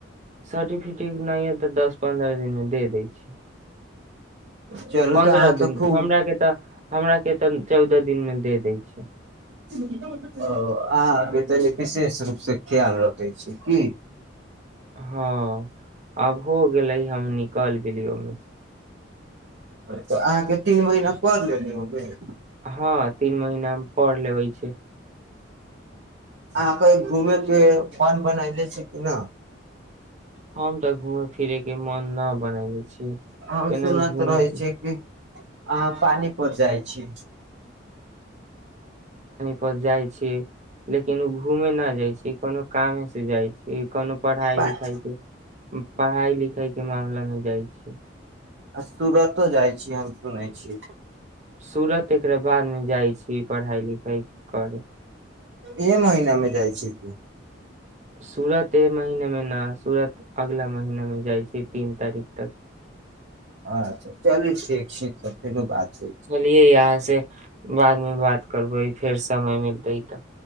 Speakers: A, on the right (about 40°); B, on the right (about 60°).
A: सर्टिफिकेट नहि ह तऽ दस पन्द्रह दिन मे दे दैय छै
B: चलू
A: पन्द्रह
B: तऽ अहाँ तऽ
A: दिन
B: खूब
A: हमरा के तऽ हमरा के त चौदह दिन मे दे दै छै
B: ओ अहाँके तनि विशेष रूपसँ ख्याल रखै छी की
A: हँ अब हो गेलै हम नि कल <unintelligible>
B: तऽ अहाँके तीन महिना पर लेली ओय बेर
A: हँ तीन महिना पढ़ लेबैय छै
B: अहाँके घूमेके मन बनयले छी कि न
A: हम तऽ घूमे फिरे के मन न बना ले छी केना
B: हम सुनत
A: घुमेके
B: रहे छी कि अहाँ पानीपत जाइ छी
A: पर जाइ छी लेकिन उ घूमे न जाइ छी कोनो कामे से जाइ छी कोनो पढ़ाई
B: आ
A: लिखाई के पढ़ाई लिखाई के के मामला मे जाइ छै
B: आ सुरतो जाइत छी हम सुनैत छी
A: सुरत एकरा बादमे जाइ छी पढ़ाइ लिखाइ करै
B: ए महिनामे जाइ छी तू
A: सुरत ए महिना मे न सुरत अगला महिना मे जाइ छै तीन तारीख तऽ
B: अच्छा चलू ठीक छैत कोनो बात होइ
A: चलियै यहाँ से बादमे बात करबै फेर समय मिलतै तऽ